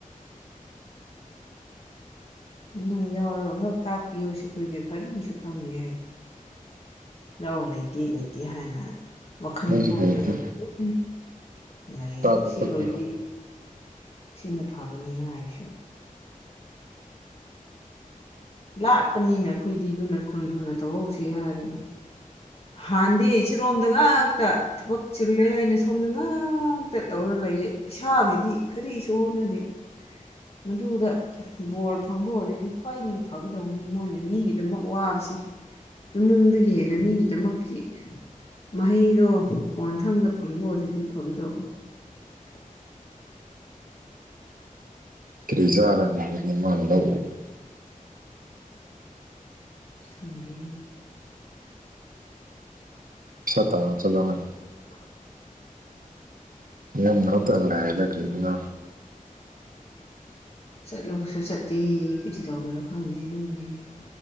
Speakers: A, on the left; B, on the right.
A: ꯅꯪ ꯌꯥꯎꯔ ꯑꯃꯨꯔꯛ ꯇꯥꯛꯄꯤꯌꯣ ꯁꯤꯈꯣꯏꯁꯦ ꯀꯔꯤꯁꯨ ꯈꯪꯗꯦ ꯍꯥꯏꯅ ꯂꯧ ꯂꯩꯇꯦ ꯂꯩꯇꯦ ꯍꯥꯏꯅ ꯋꯥꯈꯜ
B: ꯑꯩꯁꯨ
A: ꯊꯣꯛꯇ꯭ꯔꯒ
B: ꯍꯩꯇꯦ
A: ꯑꯘꯨꯝ ꯂꯩꯌꯦ
B: ꯇꯥꯛꯄ
A: ꯁꯤ
B: ꯈꯣꯠꯄ
A: ꯑꯣꯏꯔꯗꯤ ꯁꯤꯅ ꯐꯒꯅꯤ ꯍꯥꯏꯁꯤ ꯂꯥꯞꯄꯅꯤꯅ ꯑꯩꯈꯣꯏꯗꯤ ꯑꯗꯨꯅ ꯊꯨꯅ ꯊꯨꯅ ꯇꯧꯍꯧꯁꯤ ꯍꯥꯏꯔꯒ ꯍꯥꯟꯅꯗꯤ ꯏꯆꯤꯔꯣꯝꯗ ꯉꯥꯛꯇ ꯊꯕꯛ ꯆꯤꯜꯂꯦ ꯍꯥꯏꯅ ꯁꯣꯝꯗ ꯉꯥꯛꯇ ꯇꯧꯔ ꯂꯩꯌꯦ ꯏꯁꯥꯒꯤꯗꯤ ꯀꯔꯤꯁꯨ ꯍꯣꯠꯅꯔꯤ ꯃꯗꯨꯗ ꯕꯣꯔ ꯐꯪꯕ ꯑꯣꯏꯔꯗꯤ ꯈ꯭ꯋꯥꯏꯗꯒꯤ ꯐꯒꯗꯕꯅꯤ ꯃꯣꯏꯅ ꯃꯤꯒꯤꯗꯃꯛ ꯋꯥꯕꯁꯤ ꯏꯃꯨꯡꯗꯨꯒꯤ ꯍꯦꯟꯅ ꯃꯤꯒꯤ ꯑꯗꯨꯃꯛꯀꯤ ꯃꯍꯩꯗꯣ ꯀꯣꯟꯊꯪꯗ ꯐꯪꯕ ꯑꯣꯏꯔꯗꯤ ꯐꯒꯗꯧꯕ <inaudible>
B: ꯀꯔꯤ ꯆꯥꯔꯅꯤꯃꯥꯡ ꯂꯧꯎꯕ
A: ꯈꯪꯗꯦ
B: ꯑ ꯇꯥꯣ ꯆꯂꯣ ꯍꯣꯏ
A: <unintelligible>
B: ꯌꯥꯝ ꯃꯔꯛꯇꯔꯑꯗꯅ
A: ꯆꯠꯂꯨꯔꯁꯨ ꯆꯠꯇꯦ ꯀꯩꯗꯤ ꯇꯧꯒꯦꯔꯣ ꯈꯪꯗꯦ ꯑꯗꯨꯝ ꯂꯩꯌꯦ